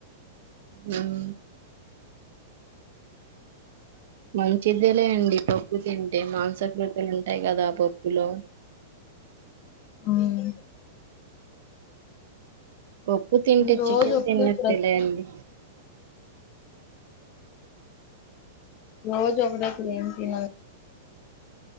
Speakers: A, on the right (about 65°); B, on the left (about 40°).
A: హుమ్ మంచిదేలే అండి పప్పు తింటే మాంసకృత్తులు ఉంటాయి కదా పప్పులో
B: హుమ్
A: పప్పు తింటే
B: రోజు
A: చికెన్
B: ఒకే
A: తిన్నట్టే
B: కూర
A: లేండి
B: రోజ ఒకటె కూర ఏమ్ తినా